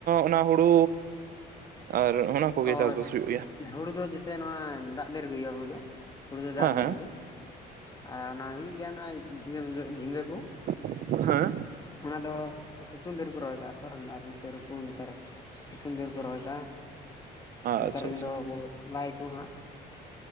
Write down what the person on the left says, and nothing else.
ᱚ
ᱦᱩᱲᱩ ᱫᱚ ᱡᱮᱭᱥᱮ ᱱᱚᱣᱟ ᱫᱟᱜ ᱫᱤᱱ ᱨᱮᱜᱮ ᱦᱩᱭᱩᱜᱼᱟ, ᱦᱩᱲᱩ ᱫᱚ ᱦᱩᱲᱩ ᱫᱚ ᱫᱟᱜ
ᱫᱤᱱ
ᱨᱮᱜᱮ ᱟᱨ ᱟᱨ ᱦᱩᱭᱩᱜ ᱜᱮᱭᱟ ᱚᱱᱟ ᱡᱷᱤᱸᱜᱟᱹ ᱢᱤᱜᱟᱹ ᱡᱷᱤᱸᱜᱟᱹ ᱠᱚ ᱾
ᱚᱱᱟ ᱫᱚ, ᱥᱤᱛᱩᱝ ᱫᱤᱱ ᱨᱮᱠᱚ ᱨᱚᱦᱚᱭ ᱠᱟᱜᱼᱟ ᱛᱷᱚᱨ ᱥᱮ ᱚᱨᱠᱚᱢ ᱱᱮᱛᱟᱨᱼᱼ ᱥᱤᱛᱩᱝ ᱫᱤᱱ ᱨᱮᱠᱚ ᱨᱚᱦᱚᱭ ᱠᱟᱜᱼᱟ ᱾
ᱱᱮᱛᱟᱨ ᱫᱤᱱ
ᱫᱚ ᱞᱟᱭ ᱟᱠᱚ ᱦᱟᱸᱜ,